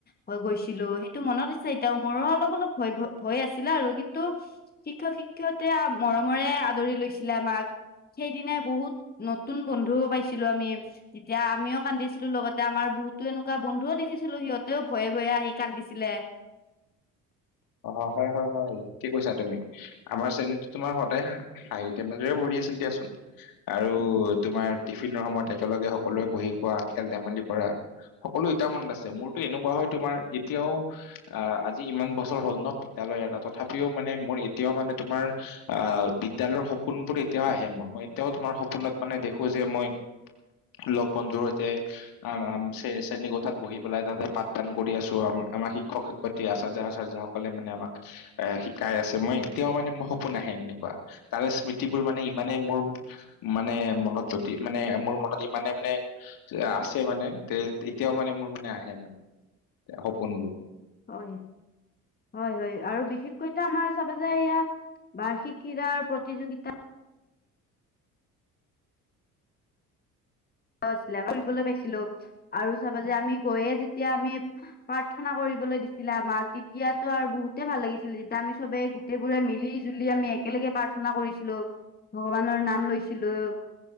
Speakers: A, on the left (about 20°); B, on the left (about 50°).
A: হৈ গৈছিলোঁ। সেইটো মনত আছে এতয়াও মোৰো অলপ অলপ ভয় ভয় আছিলে আৰু কিন্তু শিক্ষক-শিক্ষয়ত্ৰীৰ মৰমৰে আদৰি লৈছিলে মাক সেইদিনাই বহুত নতুন বন্ধু পাইছিলোঁ আমি। তেতিয়া আমিও কান্দিছিলোঁ। লগতে আমাৰ বহুতো এনেকুৱা বন্ধুও দেখিছিলোঁ। সিহঁতেও ভয়ে ভয়ে আহি কান্দিছিলে।
B: অ', হয়, হয়, হয়, ঠিকে কৈছা তুমি। আমাৰ শ্ৰেণীতো তোমাৰ সদায় হাঁহি ধেমালিৰে ভৰি আছিল দিয়াচোন। আৰু তোমাৰ টিফিনৰ সময়ত একেলগে সকলোৱে বহি খোৱা, খেল-ধেমালি কৰা। সকলো এতিয়াও মনত আছে। মোৰতো এনেকুৱা হয় তোমাৰ এতিয়াও আহ, আজি ইমান বছৰ হ'ল ন' বিদ্য়ালয় এৰা তথাপিও মানে মোৰ এতিয়াও মানে তোমাৰ আহ, বিদ্যালয়ৰ সপোনবোৰ এতিয়াও আহে, মোৰ মই এতিয়াও তোমাৰ সপোনত মানে দেখো যে মই ল'গ বন্ধুৰ সৈতে আ, শ্ৰেণীকোঠাত বহি পেলাই তাতে পাঠদান আছোঁ। আম-আমাৰ শিক্ষক-শিক্ষয়ত্ৰীৰ আচাৰ্য আচাৰ্জাসকলে মানে আমাক এ শিকাই আছে। মই এতিয়াও মানে মোৰ সপোন আহে এনেকুৱা। তাৰে স্মৃতিবোৰ মানে ইমানে মোৰ মানে মনত যদি মানে মোৰ মনত ইমানে মানে আছে মানে, তে এতিয়াও মানে মোৰ মানে আহে মানে সপোনবোৰ।
A: হয়। হয়, হয়, আৰু বিশেষকৈ আমাৰ চাবা যে এয়া বাৰ্ষিক ক্ৰীড়াৰ প্ৰতিযোগিতা। আছিলে ফুৰিবলৈ পাইছিলোঁ আৰু চাবা যে আমি গৈয়ে যেতিয়া আমি প্ৰাৰ্থনা কৰিবলৈ দিছিলে আমাক তেতিয়াতো আৰু বহুতে ভাল লাগিছিলে, যেতিয়া আমি চবে গোটেই বোৰে মিলি মিলি জুলি আমি একেলগে পাৰ প্ৰাৰ্থনা কৰিছিলোঁ, ভগৱানৰ নাম লৈছিলো